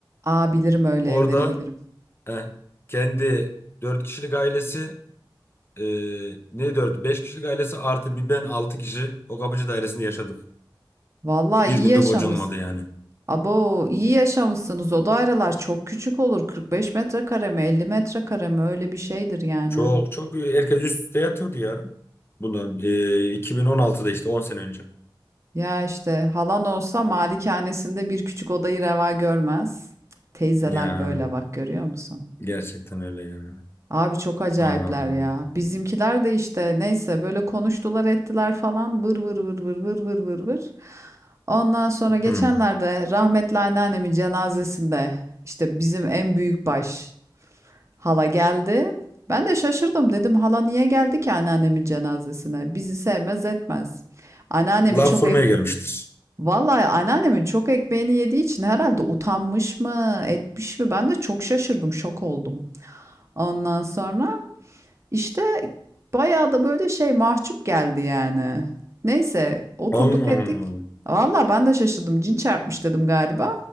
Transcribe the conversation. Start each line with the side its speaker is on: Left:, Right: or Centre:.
Right: aa bilirim öyle
Left: Orada
Right: evleri bilirim.
Left: eh, kendi dört kişilik ailesi e, ne dört? Beş kişilik ailesi artı bir ben altı kişi o kapıcı dairesinde yaşadık.
Right: Vallahi
Left: Bir
Right: iyi
Left: günde
Right: yaşamış.
Left: gocunmadı yani.
Right: Abo iyi yaşamışsınız. O daireler çok küçük olur. 45 metrekare mi, 50 metrekare mi öyle bir şeydir yani.
Left: Çok çok herkes üst üste yatıyordu ya. Bundan e, 2016'da işte on sene önce.
Right: Ya işte halan olsa malikanesinde bir küçük odayı reva görmez. Teyzeler
Left: Ya
Right: böyle bak görüyor musun?
Left: gerçekten öyle ya.
Right: Abi çok acayipler
Left: Allah'ım.
Right: ya. Bizimkiler de işte neyse böyle konuştular ettiler falan vır vır vır vır vır vır vır vır. Ondan sonra geçenlerde
Left: Hı.
Right: rahmetli anneannemin cenazesinde işte bizim en büyük baş hala geldi. Ben de şaşırdım dedim hala niye geldi ki anneannemin cenazesine? Bizi sevmez etmez. Anneannemin
Left: Lav
Right: çok
Left: fırmaya
Right: ek
Left: gelmiştir.
Right: Vallahi anneannemin çok ekmeğini yediği için herhalde utanmış mı, etmiş mi? Ben de çok şaşırdım, şok oldum. Ondan sonra işte bayağı da böyle şey mahcup geldi yani. Neyse oturduk
Left: Allah'ım.
Right: ettik. Valla ben de şaşırdım. Cin çarpmış dedim galiba.